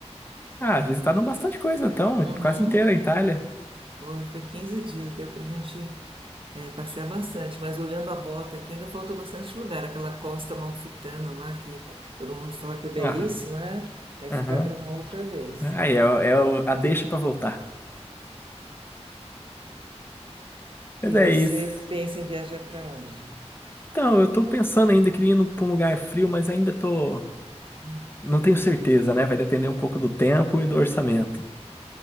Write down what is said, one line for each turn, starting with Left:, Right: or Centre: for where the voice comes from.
Left: Ah, visitaram bastante coisa, então,
Right: Uhum.
Left: quase inteira a Itália.
Right: Foi, foi 15 dias, deu para a gente eh, passear bastante, mas olhando a bota aqui, ainda falta bastante lugar. Aquela costa malfitana lá, que todo mundo fala que é belíssima,
Left: Ah,
Right: né? Vai
Left: aham.
Right: ficar para uma outra vez.
Left: Aí é, o- é o- a deixa pra voltar. Mas
Right: E
Left: é
Right: você
Left: isso.
Right: pensa em viajar para onde?
Left: Então, eu tô pensando ainda, queria ir pra um lugar frio, mas ainda tô.
Right: Hum,
Left: Não tenho certeza, né? Vai depender um pouco do tempo e do orçamento.